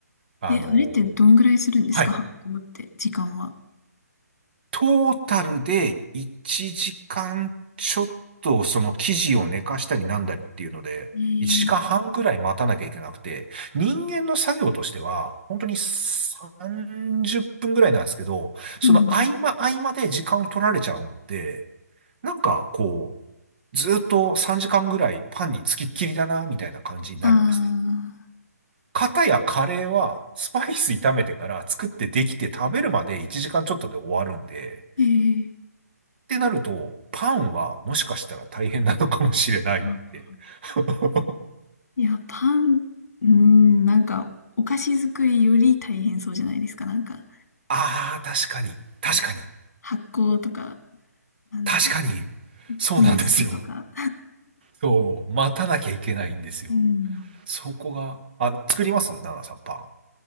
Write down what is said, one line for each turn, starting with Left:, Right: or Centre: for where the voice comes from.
Right: あの
Left: え、あれってどんぐらいするんですか発行って、
Right: はい
Left: 時間は。
Right: トータルで1時間ちょっとその生地を寝かしたりなんだりっていうので、
Left: ええ
Right: 1時間半ぐらい待たなきゃいけなくて、人間の作業としては、本当に30分ぐらいなんですけど、その合間合間で時間を取られちゃうんで、
Left: うん。
Right: なんかこう、ずっと3時間ぐらいパンにつきっきりだな、みたいな感じになるんですね。
Left: ああ、
Right: かたやカレーはスパイス炒めてから作ってできて食べるまで1時間ちょっとで終わるんで、
Left: ええ
Right: ってなると、パンはもしかしたら大変なのかもしれないって。
Left: あー
Right: <laughs>
Left: いや、パン、うん、なんか、お菓子作りより大変そうじゃないですか。なんか、
Right: ああ、確かに、確かに、
Left: なんか発酵とか、なんだろう、
Right: 確かに、そうなんですよ。
Left: イーストとか。
Right: そう、待たなきゃいけないんですよ。
Left: うん。
Right: そこが、あ、作りますナナさん、パン。